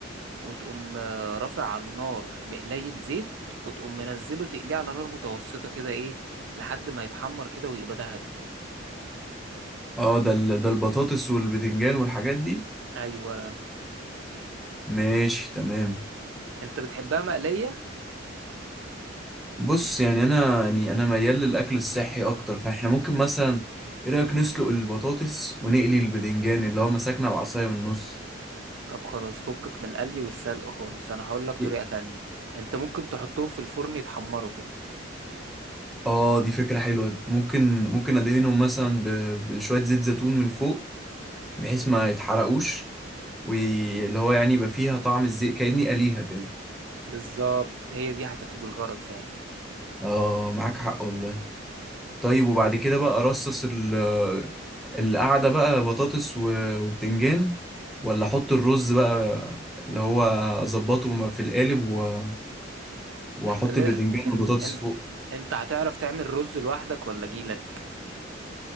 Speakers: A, on the right; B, in the centre.
A: وتقوم آه، رافع على النار مقلاية زيت وتقوم منزله تقليه على نار متوسطة كده ايه لحد ما يتحمر كده ويبقى ذهبي
B: اه ده ال- ده البطاطس والبتنجان والحاجات دي
A: ايوه
B: ماشي تمام
A: انت بتحبها مقلية
B: بص يعني انا يعني انا ميال للاكل الصحي اكتر فاحنا ممكن مثلا ايه رايك نسلق البطاطس ونقلي البتنجان اللي هو مسكنا العصايه من النص
A: طب خلاص فكك من القلي والسلق خالص انا هقول لك طريقة
B: ي-
A: تانية انت ممكن تحطهم في الفرن يتحمروا كده
B: اه دي فكره حلوه ممكن ممكن ادهنهم مثلا ب- بشويه زيت زيتون من فوق بحيث ما يتحرقوش واللي هو يعني يبقى فيها طعم الزيت كأني قليها كده
A: بالظبط هي دي هتفي بالغرض فعلا
B: اه معاك حق والله طيب وبعد
A: و-
B: كده بقى رصص ال- القعدة بقى بطاطس و- وبتنجان ولا احط الرز بقى اللي هو اظبطه م- في القالب و- واحط
A: احنا لا
B: البتنجان والبطاطس
A: انت انت
B: فوق
A: انت هتعرف تعمل رز لوحدك ولا جيلك